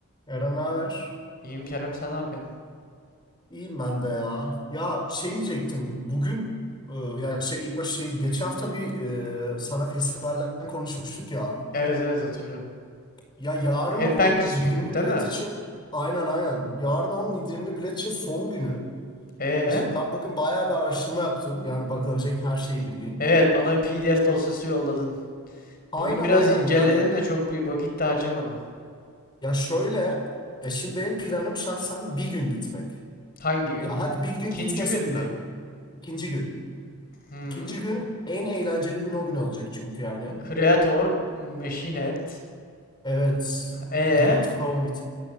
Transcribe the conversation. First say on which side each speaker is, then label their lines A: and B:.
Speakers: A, on the left; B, on the left.
A: Eren ağır,
B: İyiyim Kerem sen ne yapıyorsun?
A: İyiyim ben de ya. Ya şey diyecektim. Bugün e, yani şey ilk başta şey Geçen hafta bir e, sana festivallerden konuşmuştuk ya.
B: Evet evet hatırlıyorum.
A: Ya yarın
B: Headbangers
A: onun indirimli
B: Weekend değil
A: bilet
B: mi?
A: için aynen aynen. Yarın onun indirimli bilet için son günü.
B: Ee?
A: E şimdi ben bugün bayağı bir araştırma yaptım. Yani bakılacak her şeyi bildiğin.
B: Evet bana bir PDF dosyası yolladın.
A: Aynen
B: Bugün biraz
A: aynen.
B: inceledim
A: Yani
B: de çok bir vakit de harcamadım.
A: ya şöyle ya şimdi benim planım şahsen bir gün gitmek.
B: Hangi gün?
A: Ya hadi bir gün
B: İkinci
A: gitmese
B: gün mü?
A: be, ikinci gün.
B: Hmm.
A: İkinci gün en eğlenceli gün o gün olacak çünkü yani.
B: Creator, Machinet.
A: Evet.
B: Ee?
A: Bleed from it.